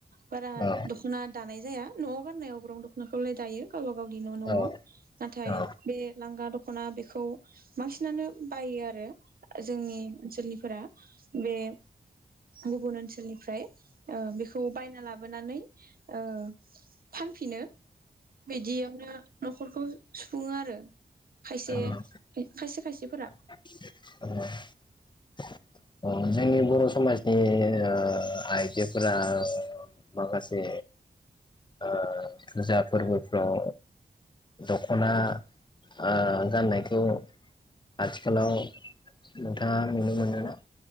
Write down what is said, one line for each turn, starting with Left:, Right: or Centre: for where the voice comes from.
Right: बारा
Left: औ
Right: दख'ना दानाय जाया न'आव गाननायाव अग्रं दखनाखौलाय दायो गावबा गावनि न' न'आव
Left: औ
Right: नाथाय
Left: औ
Right: बे लांगा दख'ना बे खौ बांसिनानो बायो आरो जोंनि ओनसोलनिफोरा बे गुबुन ओनसोलनिफ्राय अ बिखौ बायना ला बोनानै ओ फानफिनो बिदियावनो न'खरखौ सुफुङो आरो खायसे
Left: औ
Right: खायसे खायसेफोरा
Left: औ आ जोंनि बर' समाजनि आ आइजोफोरा आ माखासे आ फुजा फोरबोफ्राव दख'ना आ गाननायखौ आथिखालाव नोंथाङा नुनो मोनोना?